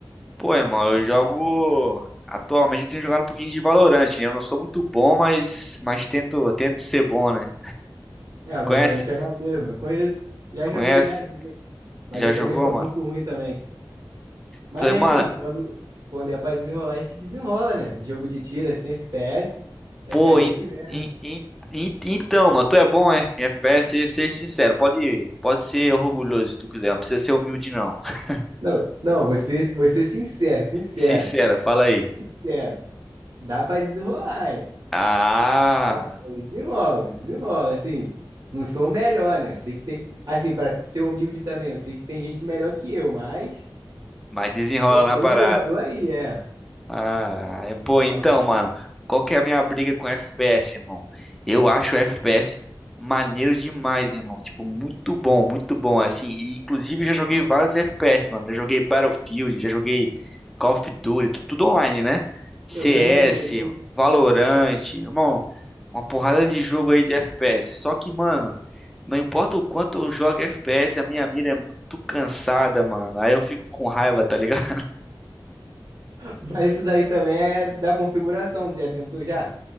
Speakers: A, in the centre; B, on the right.
A: Pô, irmão, eu jogo. Atualmente eu tenho jogado um pouquinho de Valorant, né? Eu não sou muito bom, mas, mas tento, tento ser bom, né?
B: Ah, Valorant
A: Conhece?
B: é maneiro, mano, eu conheço. Já
A: Conhece?
B: joguei, já joguei. Mas
A: Já
B: eu
A: jogou,
B: também sou
A: mano?
B: muito ruim também. Mas
A: Tô-
B: assim,
A: Mano,
B: quando, quando é pra desenrolar, a gente desenrola, né? Jogo de tiro, assim, FPS, é
A: Pô,
B: que a gente
A: en-
B: vê.
A: en- en- en- então, mano, tu é bom, é? Em FPS, seja, seja sincero, pode, pode ser orgulhoso se tu quiser, não precisa ser humilde, não. <laughs>
B: Não, não, vou ser, vou ser sincero, sincero,
A: Sincera, fala aí.
B: sincero. Dá pra desenrolar, hein?
A: Ah,
B: Dá, desenrola, desenrola, assim. Não sou o melhor, né? Sei que tem. Assim, pra ser humilde também, eu sei que tem gente melhor que eu, mas
A: mas desenrola
B: eu
A: na
B: tô,
A: parada.
B: eu tô aí, é.
A: Ah,
B: Desenrola,
A: pô, então,
B: mano.
A: mano, qual que é a minha briga com FPS, irmão? Eu acho o FPS maneiro demais, irmão. Tipo, muito bom, muito bom. Assim, e, inclusive eu já joguei vários FPS, mano. Já joguei Battlefield, já joguei Call of Duty, tu- tudo online, né? CS,
B: Eu também já joguei.
A: Valorant, irmão, uma porrada de jogo aí de FPS. Só que, mano, não importa o quanto eu jogo FPS, a minha mira é muito cansada, mano. Aí eu fico com raiva, tá ligado?
B: Mas isso daí também é da configuração. Tu já tentou já?